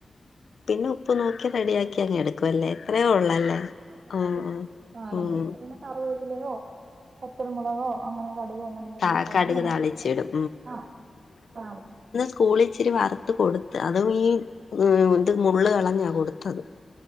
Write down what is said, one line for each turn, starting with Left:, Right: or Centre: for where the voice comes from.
Left: പിന്നെ ഉപ്പ് നോക്കി റെഡി ആക്കി അങ്ങെ എടുക്കും. ക്കൊല്ലേ ഇത്രയേ ഒള്ളല്ലേ
Right: ഇത്രേ
Left: ആഹ്
Right: ഉള്ളൂ
Left: ആഹ്
Right: നാടൻ
Left: ഉം
Right: വേപ്പ് പിന്നെ കറിവേപ്പിലയോ കുരുമുളകോ അങ്ങനെ കടുകോ അങ്ങനെ എന്തെങ്കിലൊക്കെ
Left: താ
Right: ഒണ്ടെങ്കിൽ
Left: കടുക്
Right: നമക്ക്
Left: താളിച്ചിടും
Right: ആ കാണി
Left: സ്കൂളി ഇച്ചിരി വറുത്ത് കൊടുത്ത് അതും ഈ ഇത് മുള്ള് കളഞ്ഞാ കൊടുത്തത്